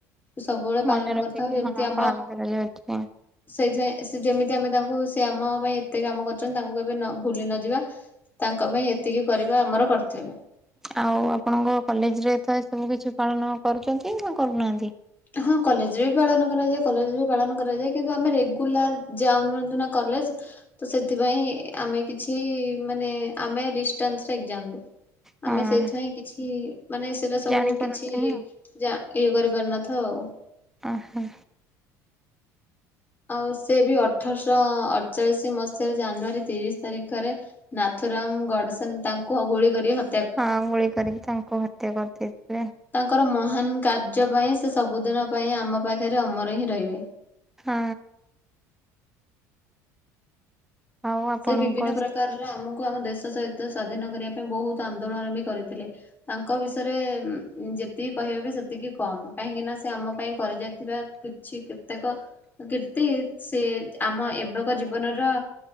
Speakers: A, on the left; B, in the centre.
A: ସବୁବେଳେ ପାଳନ
B: ମନେ ରଖିକି
A: କରିଥାଉ ଯେମିତି
B: ହଁ
A: ଆମ
B: ପାଳନ କରାଯାଉଛି।
A: ସେଯେ ସେ ଯେମିତି ଆମେ ତାଙ୍କୁ ସେ ଆମ ପାଇଁ ଏତେ କାମ କରଛନ୍ତି ତାଙ୍କୁ କେବେ ଭୁଲି ନ ଯିବା ତାଙ୍କ ପାଇଁ ଏତିକି କର ଆମର କର୍ତ୍ତବ୍ୟ।
B: ଆଉ ଆପଣଙ୍କ କଲେଜ ରେ ତ ଏ ସବୁ କିଛି ପାଳନ କରୁଛନ୍ତି ନା କରୁନାହାନ୍ତି?
A: ହଁ କଲେଜରେ ବି ପାଳନ କରାଯାଏ କଲେଜରେ ବି ପାଳନ କରାଯାଏ କିନ୍ତୁ ଆମେ ରେଗୁଲାର ଯାଉ ନାହାନ୍ତି ନା କଲ ଜ ସେଥିପାଇଁ ଆମେ କିଛି ମାନେ ଆମେ ଡିଷ୍ଟାନ୍ସ୍ ରେ ଏକ୍ଜାମ୍ ଦଉ।
B: ହଁ
A: ଆମେ ସେଇଥିପାଇଁ କିଛି ମାନେ ସେଇଟା ସବୁ
B: ଜାଣିପାରନ୍ତିନି
A: କିଛି ଯା ଇଏ କରିପାରିନଥୁ ଉ।
B: ଓ ହୋ।
A: ଆଉ ସେ ବି ଅଠରଶହ ଅଠଚାଳିଶି ମସିହାରେ ଜାନୁଆରୀ ତିରିଶ ତାରିଖରେ ନା ନାଥୁରାମ ଗଡ଼ସେନ ତାଙ୍କୁ ହ ଗୁଳି କରି ହ
B: ହଁ ଗୁଳି କରିକି ତାଙ୍କୁ ହତ୍ୟା କରିଦେଇଥିଲେ।
A: ତାଙ୍କର ମହାନ କାର୍ଯ୍ୟ ପାଇଁ ସେ ସବୁଦିନ ପାଇଁ ଆମ ପାଖରେ ଅମର ହିଁ ରହିବେ।
B: ହଁ। ଆଉ ଆପଣଙ୍କ
A: ସେ ବିଭିନ୍ନ ପ୍ରକାରର ଆମକୁ ଆମ ଦେଶ ସହିତ ସ୍ଵାଧୀନ କରିବା ବହୁତ ଆନ୍ଦୋଳନ ବି କରିଥିଲେ ତାଙ୍କ ବିଷୟରେ ଯେତିକି କହିବ ବି ସେତିକି କମ କାହିଁକି ନା ସେ ଆମ ପାଇଁ କରି ଯାଇଥିବା କିଛି କେତେକ କୀର୍ତ୍ତି ସେ ଆମ ଏବେକ ଜୀବନର